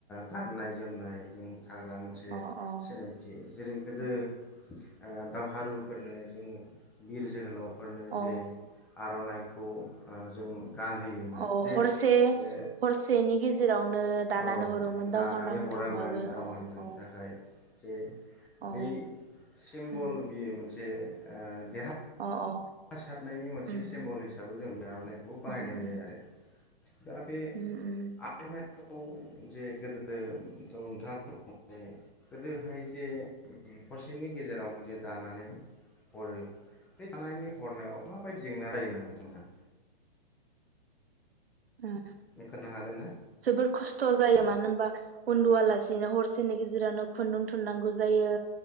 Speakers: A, in the centre; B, on the right.
A: गाननाय जोमनायजों थाग्रा मोनसे
B: अ अ
A: सिनायथि जेरै गोदो
B: उम
A: ओ दावहारुफोरनो जोङो बिर जोहोलाव फोरनो जे
B: अ
A: आर'नाइ खौ ओ जों गानहोयोमोन।
B: अ
A: जे
B: हरसे
A: बे
B: हरसेनि गेजेरावनो दानानै
A: औ
B: हरोमोन
A: दानानै
B: दावहा नांनो
A: हरोमोन
B: थांबाबो अ
A: दावहाननि
B: अ
A: थाखाय जे
B: अ
A: बे सिम्बल
B: उम
A: बियो मोन जे ओ देरहा
B: अ अ।
A: हा सारनायनि मोनसे
B: उम
A: सेम्बल हिसाबै जों दा आर'नायखौ बाहायनाय
B: उम उम
A: जायो आरो। दा बे
B: उम उम
A: आर'नाइ खौ जे गोदोथ' <unintelligible> गोदोहाय जे हरसेनि गेजेराव जे दानानै हरो बे दानायनि हरनायाव माबायदि जेंना जायोमोन नोंथांमोनहा?
B: ओ
A: खोन्थानो हागोन ना
B: जोबोर खस्थ' जायो मानो होमबा उन्दुआलासेनो हरसेनि गेजेरावनो खुन्दुं थुननांगौ जायो।